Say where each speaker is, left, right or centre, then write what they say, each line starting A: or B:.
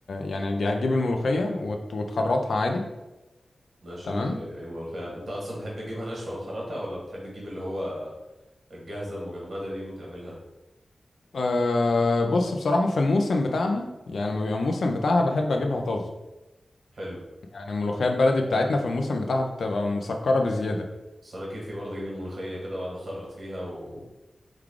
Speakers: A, on the left; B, on the right.
A: يعني هتجيب الملوخية وت- وتخرطها عادي
B: ماشي
A: تمام
B: زي أي ملوخية يعني. أنت أصلا بتحب تجيبها ناشفة وتخرطها ولا بتحب تجيب اللي هو الجاهزة المجمدة دي وتعملها
A: أه بص بصراحة في الموسم بتاعها يعني لما بيبقى الموسم بتاعها بحب أجيبها طازة
B: حلو
A: يعني الملوخية البلدي بتاعتنا في الموسم بتاعها بتبقى مسكرة بزيادة
B: بس انا كيفي برضه اجيب الملوخيه كده واقعد اخرط فيها وتبقى